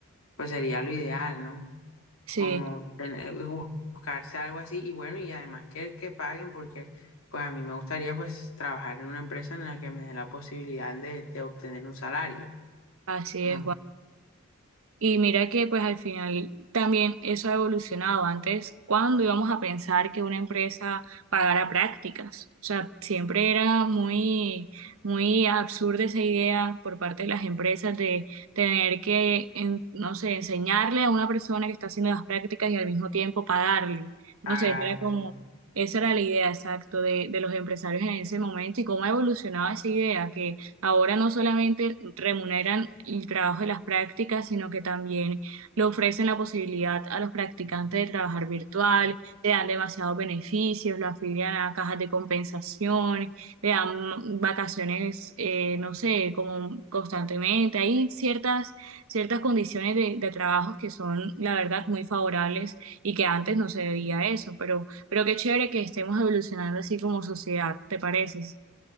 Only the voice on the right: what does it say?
sí,
así
es. Y mira que pues al final también eso ha evolucionado. Antes, ¿cuándo íbamos a pensar que una empresa pagara prácticas? O sea, siempre era muy, muy absurda esa idea por parte de las empresas de tener que, en- no sé, enseñarle a una persona que está haciendo las prácticas y al mismo tiempo pagarle. No
sé, era como,
esa era la idea exacta de, de los empresarios en ese momento y cómo ha evolucionado esa idea, Ahora no solamente remuneran el trabajo de las prácticas, sino que también le ofrecen la posibilidad a los practicantes de trabajar virtual, le dan demasiados beneficios, lo afilian a cajas de compensación, le dan vacaciones, eh, no sé, como constantemente. Hay ciertas, ciertas condiciones de, de trabajo que son, la verdad, muy favorables y que antes no se veía eso, pero, pero qué chévere que estemos evolucionando así como sociedad, ¿te pareces?